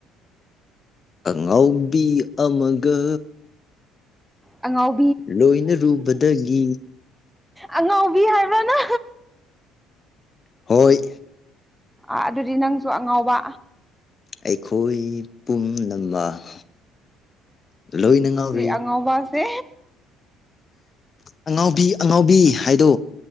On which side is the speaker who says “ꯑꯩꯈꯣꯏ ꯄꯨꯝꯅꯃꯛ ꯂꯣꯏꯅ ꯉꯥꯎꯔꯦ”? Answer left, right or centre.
Left